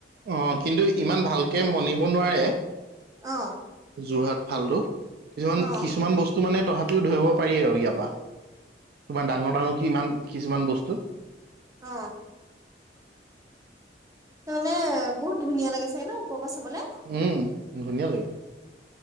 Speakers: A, on the right; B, on the right.
A: অ'কিন্তু ইমান ভালকে মনিব নোৱাৰে।
B: অ'।
A: যোৰহাট ফালটো, কিছুমান-কিছুমান
B: অ
A: বস্তু মানে তথা তিও ধৰিব পাৰি আৰু ইয়াৰপা, তোমাৰ ডাঙৰ ডাঙৰ কি ইমান কিছুমান বস্তু।
B: অ'। ত মানে বহুত ধুনীয়া লাগে চাগে ন ওপৰৰ পৰা চাবলে।
A: উম! ধুনীয়া লাগে।